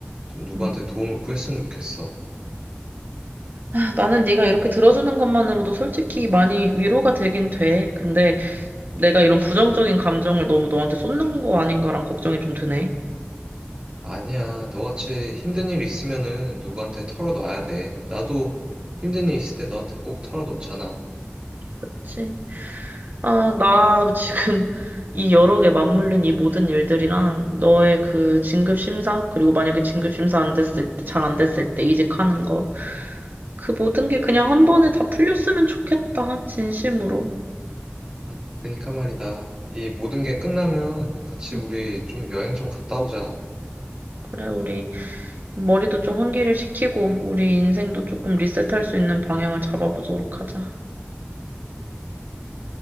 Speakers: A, on the right (about 25°); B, on the right (about 55°).
A: 좀 누구한테
B: 음.
A: 도움을 구했으면 좋겠어.
B: 아, 나는 네가 이렇게 들어주는 것만으로도 솔직히 많이 위로가 되긴 돼. 근데 내가 이런 부정적인 감정을 너무 너한테 쏟는 거 아닌가란 걱정이 좀 드네.
A: 아니야, 너같이 힘든 일 있으면은 누구한테 털어놔야 돼. 나도 힘든 일 있을 때 너한테 꼭 털어놓잖아.
B: 그치? 아, 나 지금 <laughs> 이 여러 개 맞물린 이 모든 일들이랑 너의 그 진급 심사, 그리고 만약에 진급 심사 안 됐을 때, 잘 안 됐을 때 이직하는 거, 그 모든 게 그냥 한 번에 다 풀렸으면 좋겠다, 진심으로.
A: 음, 그니까 말이다. 이 모든 게 끝나면 같이
B: 음,
A: 우리 좀 여행 좀 갔다 오자.
B: 그래, 우리 머리도 좀 환기를 시키고, 우리 인생도 조금 리셋할 수 있는 방향을 잡아보도록 하자.
A: 음.